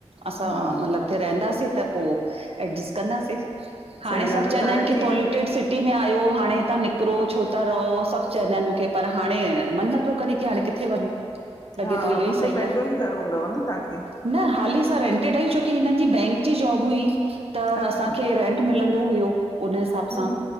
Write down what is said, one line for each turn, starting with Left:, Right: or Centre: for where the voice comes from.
Right: असां
Left: हा
Right: मतिलब ते रहंदासीं। त पो एडजस्ट कंदासे हाणे
Left: सही ॻाल्हि
Right: सब
Left: आहे
Right: चवंदा
Left: तरक़ी
Right: इन पालि टेड सिटी में आयो हाणे हितां निकिरो छो था रहो सभु चवंदा आहिनि मूंखे पर हाणे मन नथो करे की हाणे कि थे वञूं लगे
Left: हा
Right: थो इहो
Left: हुते
Right: ई सही
Left: पंहिंजो
Right: आ,
Left: ई घर हूंदव न तव्हांखे
Right: न हाली रेंटेड आयूं छोकी हिनन जी बैंक जी जॉब हुई त
Left: अच्छा
Right: असांखे रेंट मिलंदो हुयो उन हिसाब
Left: हम्म,
Right: सां